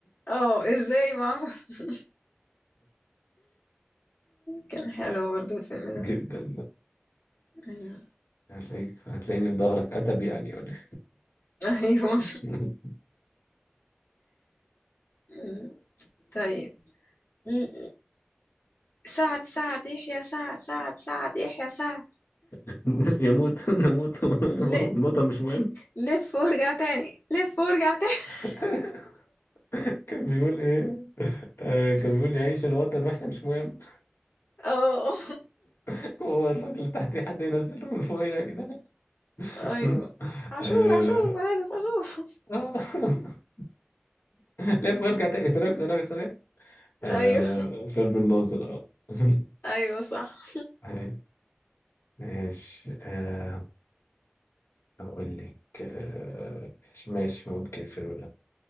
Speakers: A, on the left; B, on the left.
A: اه ازاي ما اعرف كان حلو برضو الفيلم ده
B: جدا
A: ايوه
B: هتلاقيك هتلاقيني في ظهرك أتب يعني ولا
A: أيوة
B: إيه؟
A: مم. طيب مم. سعد سعد يحيى سعد سعد سعد يحيى سعد
B: <laughs> يموت نموت <laughs> الوطن
A: ل...
B: مش مهم
A: لف وارجع تاني لف وارجع تاني <laughs>
B: <laughs> كان بيقول ايه آه كان بيقول يعيش الوطن واحنا مش مهم
A: اه
B: <laughs> هو الراجل اللي تحتيه حد ينزله من فوقيه كده
A: ايوه
B: <laughs>
A: عاشور
B: آه.
A: عاشور مدارس عاشور <laughs>
B: آه. لف وارجع تاني سلام سلام سلام آه
A: ايوه
B: فيلم الناظر اه <laughs>
A: ايوه صح
B: طيب، ماشي آه هقول لك آه ماشي ماشي، ممكن الفيلم ده